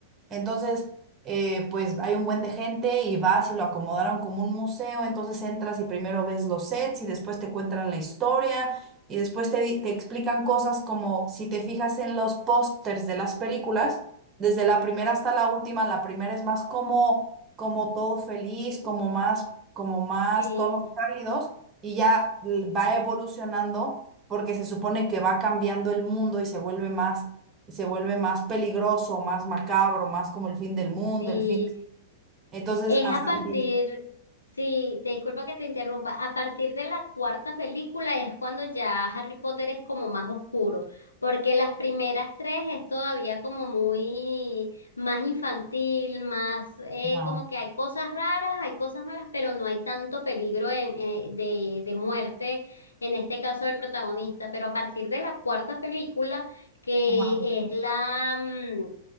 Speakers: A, on the right; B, on the left.
A: Entonces, eh, pues hay un buen de gente y vas y lo acomodaron como un museo, entonces entras y primero ves los sets y después te cuentan la historia y después te, di- te explican cosas como si te fijas en los pósters de las películas, desde la primera hasta la última, la primera es más como, como todo feliz, como más, como más
B: Sí,
A: tonos cálidos y ya l- va evolucionando porque se supone que va cambiando el mundo y se vuelve más se vuelve más peligroso, más macabro, más como el fin del mundo,
B: sí.
A: el fin. Entonces,
B: Es
A: hasta
B: a partir,
A: el fin.
B: sí, te disculpa que te interrumpa, a partir de la cuarta película es cuando ya Harry Potter es como más oscuro, porque las primeras tres es todavía como muy más infantil, más eh,
A: Ajá,
B: como que hay cosas raras, hay cosas malas, pero no hay tanto peligro en- eh, de, de muerte, en este caso del protagonista, pero a partir de la cuarta película, que
A: ajá,
B: es la... mm,